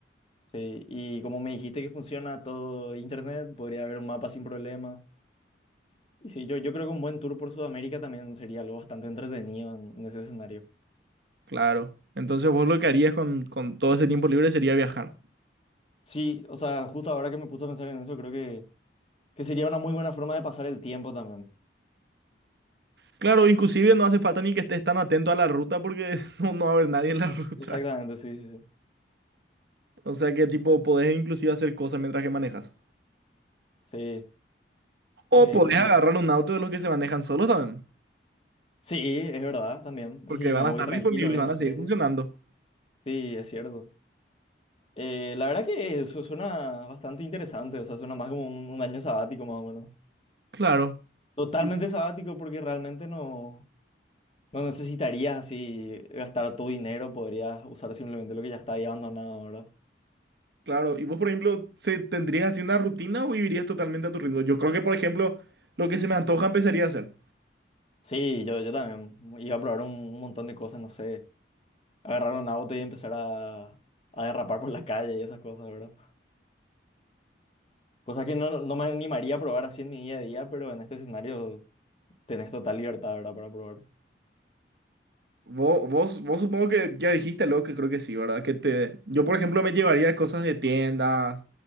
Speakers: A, on the left; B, on the right.
A: Sí. Y como me dijiste que funciona todo internet, podría haber un mapa sin problema. Y sí, yo, yo creo que un buen tour por Sudamérica también sería algo bastante entretenido en, en ese escenario.
B: Claro. Entonces vos lo que harías con, con todo ese tiempo libre sería viajar.
A: Sí, o sea, justo ahora que me puse a pensar en eso, creo que, que sería una muy buena forma de pasar el tiempo también.
B: Claro, inclusive no hace falta ni que estés tan atento a la ruta porque <laughs> no, no va a haber nadie en la ruta.
A: Exactamente, sí, sí, sí.
B: O sea que tipo, podés inclusive hacer cosas mientras que manejas.
A: Sí, eh,
B: O podés
A: qué sé
B: agarrar
A: yo.
B: un auto de los que se manejan solos también,
A: Sí, es verdad, también.
B: porque
A: Y
B: van
A: me voy
B: a estar
A: tranquilo
B: disponibles,
A: viendo
B: van
A: series.
B: a seguir funcionando.
A: Sí, es cierto. Eh, la verdad que eso suena bastante interesante, o sea, suena más como un, un año sabático más o menos.
B: Claro.
A: Totalmente
B: Y,
A: sabático porque realmente no, No necesitarías así gastar tu dinero, podrías usar simplemente lo que ya está ahí abandonado, ¿verdad?
B: claro, y vos, por ejemplo, ¿se, tendrías así una rutina o vivirías totalmente a tu ritmo? Yo creo que, por ejemplo, lo que se me antoja empezaría a hacer.
A: Sí, yo, yo también iba a probar un, un montón de cosas, no sé, agarrar un auto y empezar a, a derrapar por la calle y esas cosas, ¿verdad? Cosas que no, no me animaría a probar así en mi día a día, pero en este escenario tenés total libertad, ¿verdad? Para probar.
B: Vos, vos, vos supongo que ya dijiste lo que creo que sí, ¿verdad? Que te, yo, por ejemplo, me llevaría cosas de tiendas,